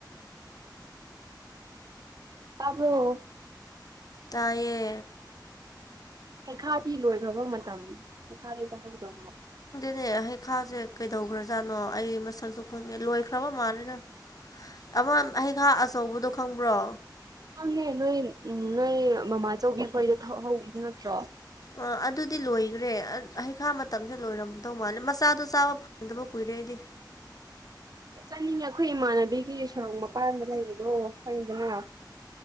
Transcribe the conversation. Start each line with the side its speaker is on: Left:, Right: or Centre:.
Right: ꯇꯥꯕ꯭ꯔꯣ
Left: ꯇꯌꯦ
Right: ꯍꯩꯈꯥꯗꯤ ꯂꯣꯏꯈ꯭ꯔꯕ ꯃꯇꯝ ꯍꯩꯈꯥꯗꯤ ꯆꯥꯍꯧꯗ꯭ꯔꯕ
Left: ꯁꯤꯅꯦ ꯍꯩꯈꯥꯁꯦ ꯀꯩꯗꯧꯈ꯭ꯔꯖꯥꯠꯅꯣ ꯑꯩ ꯃꯁꯛꯁꯨ ꯈꯪꯗꯦ ꯂꯣꯏꯈ꯭ꯔꯕ ꯃꯥꯜꯂꯦꯅ ꯑꯃ ꯑꯩ ꯈꯥꯛ ꯑꯆꯧꯕꯗꯣ ꯈꯪꯕ꯭ꯔꯣ
Right: ꯈꯪꯉꯦ ꯅꯣꯏ ꯎꯝ ꯅꯣꯏ ꯃꯃꯥꯆꯧꯕꯤ ꯈꯣꯏꯗ ꯍꯧꯕ ꯅꯠꯇ꯭ꯔꯣ
Left: ꯑꯥ ꯑꯗꯨꯗꯤ ꯂꯣꯏꯈ꯭ꯔꯦ ꯍꯩꯈꯥ ꯃꯇꯝꯁꯦ ꯂꯣꯏꯔꯝꯗꯧ ꯃꯥꯜꯂꯦ ꯃꯆꯥꯗꯣ ꯆꯥꯕ ꯐꯪꯗꯕ ꯀꯨꯏꯔꯦꯗꯤ
Right: ꯍ ꯆꯥꯅꯤꯡꯉꯦ ꯑꯩꯈꯣꯏ ꯏꯃꯥꯟꯅꯕꯤꯒꯤ ꯁꯣꯔꯣꯛ ꯃꯄꯥꯟꯗ ꯂꯩꯕꯗꯣ ꯍꯥꯏꯪꯗꯅ